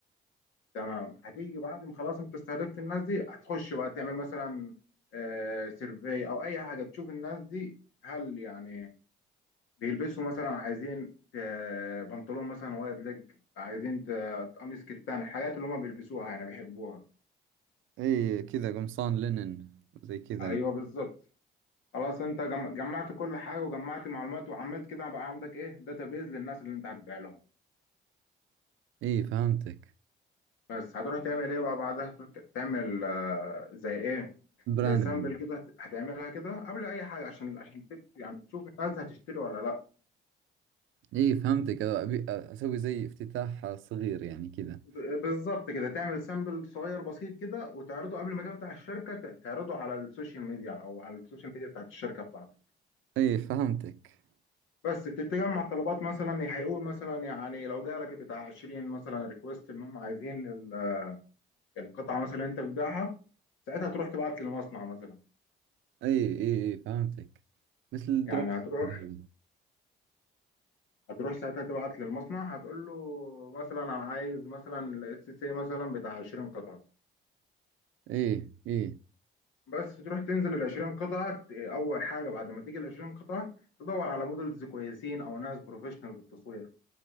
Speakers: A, on the left; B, on the right.
A: تمام هتيجي بعد ما خلاص انت استهدفت الناس دي هتخش بقى تعمل مثلا آه، سيرفي او اي حاجه تشوف الناس دي هل يعني بيلبسوا مثلا عايزين ت- بنطلون مثلا وايد ليج عايزين ت- قميص كتان الحاجات اللي هم بيلبسوها يعني بيحبوها
B: اي كذا قمصان لينن زي كذا
A: ايوه
B: يعني.
A: بالظبط خلاص انت جم- جمعت كل حاجه وجمعت معلومات وعملت كده بقى عندك ايه داتابيز للناس اللي انت هتبيع لهم
B: اي فهمتك
A: بس هتروح تعمل ايه بقى بعدها تروح تعمل آه، زي ايه
B: براندنج
A: زي سامبل كده هتعملها كده قبل اي حاجه عشان عشان تت- يعني تشوف الناس هتشتري ولا لا
B: اي فهمتك ابي اسوي زي افتتاح صغير يعني كذا
A: ب- بالظبط كده تعمل سامبل صغير بسيط كده وتعرضه قبل ما تفتح الشركه ت- تعرضه على السوشيال ميديا او على السوشيال ميديا بتاعت الشركه بتاعتك
B: اي فهمتك
A: بس تتجمع طلبات مثلا هيقول مثلا يعني لو جالك بتاع 20 مثلا ريكوست ان هم عايزين ال- القطعه مثلا انت بتبيعها ساعتها تروح تبعت للمصنع مثلا
B: اي اي اي فهمتك مثل الدروب
A: يعني
B: شيبينج
A: هتروح
B: هذا
A: هتروح ساعتها تبعت للمصنع هتقول له مثلا انا عايز مثلا الاس سي مثلا بتاع 20 قطعه
B: اي اي
A: بس تروح تنزل ال 20 قطعه اول حاجه بعد ما تيجي ال 20 قطعه تدور على مودلز كويسين او ناس بروفيشنال في التصوير